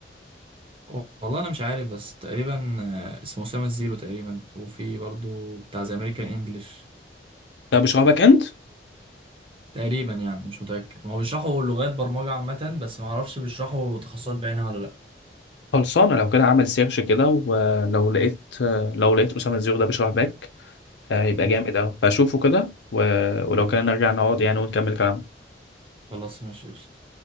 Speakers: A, on the right (about 30°); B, on the left (about 80°).
A: والله انا مش عارف بس تقريبا آه، اسمه اسامة الزيرو تقريبا وفي برضو بتاع زي امريكان انجلش
B: لا بيشرح باك اند
A: تقريبا يعني مش متأكد ما هو بيشرحوا لغات برمجة عامة بس ما اعرفش بيشرحوا تخصصات بعينها ولا لا
B: خلصانة لو كده عمل سيرش كده ولو لقيت لو لقيت أسامة الزيرو ده بيشرح باك آه، يبقى
A: مم.
B: جامد أوي فأشوفه كده و- ولو كده نرجع نقعد يعني ونكمل كلامنا
A: خلاص ماشي قشطة.